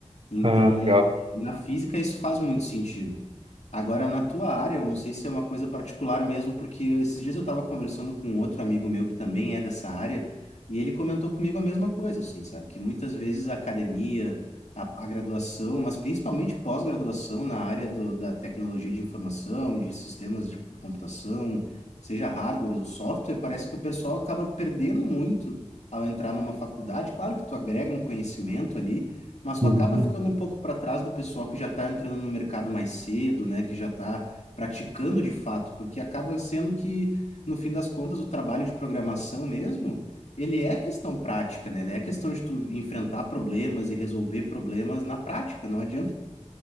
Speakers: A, on the left; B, on the right.
A: Então,
B: Ah, legal.
A: na física isso faz muito sentido. Agora, na tua área, eu não sei se é uma coisa particular mesmo, porque esses dias eu estava conversando com outro amigo meu que também é dessa área, e ele comentou comigo a mesma coisa, assim, sabe? Que muitas vezes a academia, a, a graduação, mas principalmente pós-graduação na área do- da tecnologia de informação, de sistemas de computação, seja hardware ou software, parece que o pessoal acaba perdendo muito ao entrar numa faculdade. Claro que tu agrega um conhecimento ali, mas tu
B: Uhum.
A: acaba ficando um pouco para trás do pessoal que já está entrando no mercado mais cedo, né? Que já está praticando de fato, porque acaba sendo que, no fim das contas, o trabalho de programação mesmo, ele é questão prática, né? Ele é questão de tu enfrentar problemas e resolver problemas na prática. Não adianta